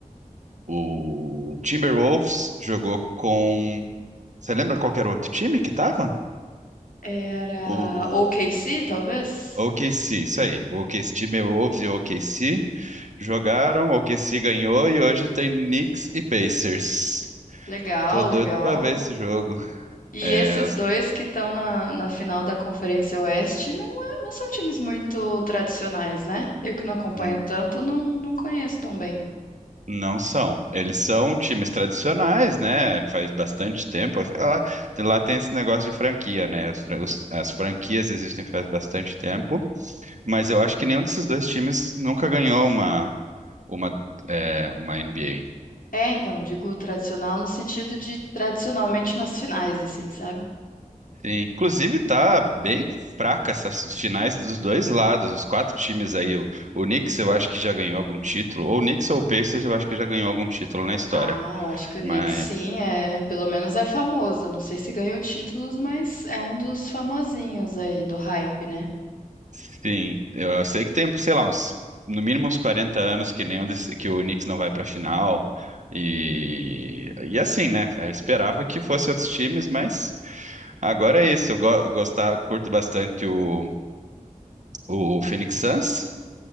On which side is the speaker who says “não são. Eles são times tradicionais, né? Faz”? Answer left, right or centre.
Right